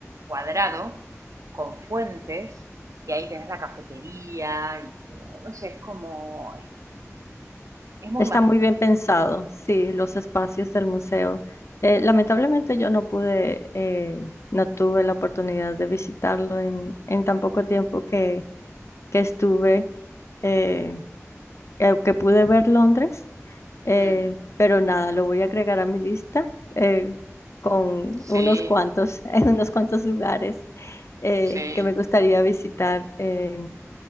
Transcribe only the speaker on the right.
cuadrado, con fuentes, y ahí tenés la cafetería, y, bueno, no sé, es como, es es- es muy
mágico.
Mm,
sí,
sí,